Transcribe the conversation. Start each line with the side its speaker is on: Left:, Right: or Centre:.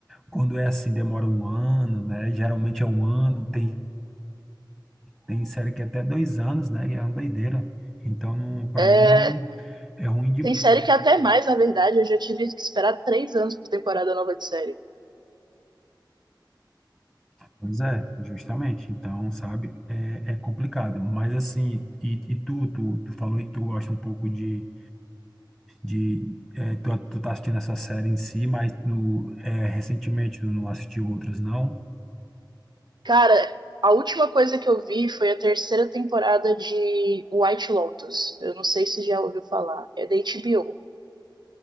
Centre: quando é assim, demora um ano, né? Geralmente é um ano, tem, tem série que é até dois anos, né? É uma doideira. Então, não, para
Right: É,
Centre: mim, não é ruim de.
Right: tem série que é até mais, na verdade. Eu já tive que esperar três anos por temporada nova de série.
Centre: Pois é, justamente. Então, sabe, é, é complicado. Mas, assim, e, e tu, tu, tu falou aí que tu gosta um pouco de. de é, tu, tu tá assistindo essa série em si, mas no, é, recentemente tu não assistiu outras, não?
Right: Cara, a última coisa que eu vi foi a terceira temporada de White Lotus. Eu não sei se já ouviu falar. É da HBO.